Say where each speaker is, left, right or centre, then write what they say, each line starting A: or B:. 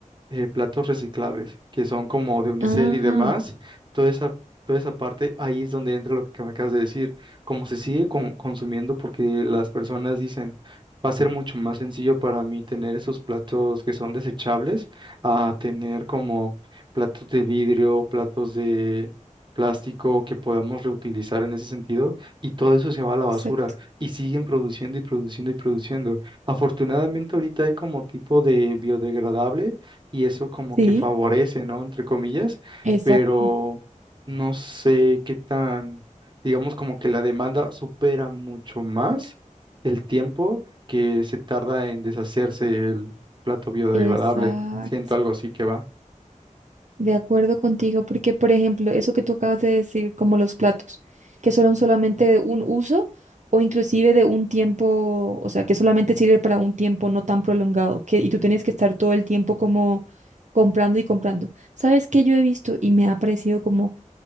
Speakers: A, on the right; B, on the right.
A: eh, platos reciclables, que son como de unicel
B: Ah,
A: y demás, toda esa, toda esa parte, ahí es donde entra lo que me acabas de decir, como se sigue con- consumiendo porque las personas dicen, va a ser mucho más sencillo para mí tener esos platos que son desechables a tener como platos de vidrio, platos de plástico que podamos reutilizar en ese sentido y todo eso se va a la basura
B: exacto.
A: y siguen produciendo y produciendo y produciendo. Afortunadamente ahorita hay como tipo de biodegradable y eso como
B: Sí.
A: que favorece, ¿no? Entre comillas,
B: Exacto.
A: pero no sé qué tan, digamos como que la demanda supera mucho más el tiempo que se tarda en deshacerse el plato biodegradable.
B: Exacto.
A: Siento algo así que va.
B: De acuerdo contigo, porque por ejemplo, eso que tú acabas de decir, como los platos, que son solamente de un uso o inclusive de un tiempo, o sea, que solamente sirve para un tiempo no tan prolongado, que, y tú tienes que estar todo el tiempo como comprando y comprando. ¿Sabes qué yo he visto y me ha parecido como